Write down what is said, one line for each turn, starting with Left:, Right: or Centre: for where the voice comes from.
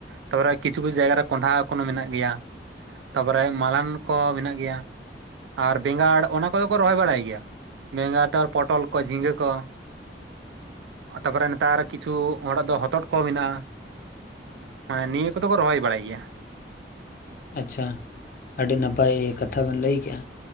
Right: ᱛᱟᱯᱚᱨᱮ ᱠᱤᱪᱷᱩ ᱠᱤᱪᱷᱩ ᱡᱟᱭᱜᱟ ᱨᱮ ᱠᱚᱸᱰᱷᱟ ᱮᱠᱷᱚᱱᱚ ᱢᱮᱱᱟᱜ ᱜᱮᱭᱟ ᱛᱟᱯᱚᱨᱮ ᱢᱟᱞᱟᱱ ᱠᱚ ᱢᱮᱱᱟᱜ ᱜᱮᱭᱟ ᱟᱨ ᱵᱮᱸᱜᱟᱲ ᱚᱱᱟ ᱠᱚ ᱫᱚ ᱠᱚ ᱨᱚᱦᱚᱭ ᱵᱟᱲᱟᱭ ᱜᱮᱭᱟ ᱵᱮᱸᱜᱟᱲ ᱠᱚ ᱯᱚᱴᱚᱞ ᱠᱚ ᱡᱷᱤᱸᱜᱟᱹ ᱠᱚᱼᱼ ᱛᱟᱯᱚᱨᱮ ᱱᱮᱛᱟᱨ ᱠᱤᱪᱷᱩ ᱦᱚᱲᱟᱜ ᱫᱚ ᱦᱚᱛᱚᱫ ᱠᱚ ᱢᱮᱱᱟᱜᱼᱟ ᱢᱟᱱᱮ ᱱᱤᱭᱟᱹ ᱠᱚ ᱫᱚ ᱠᱚ ᱨᱚᱦᱚᱭ ᱵᱟᱲᱟᱭ ᱜᱮᱭᱟ
Left: ᱟᱪᱪᱷᱟ ᱟᱹᱰᱤ ᱱᱟᱯᱟᱭ ᱠᱟᱛᱷᱟ ᱵᱮᱱ ᱞᱟᱹᱭ ᱠᱮᱜᱼᱟ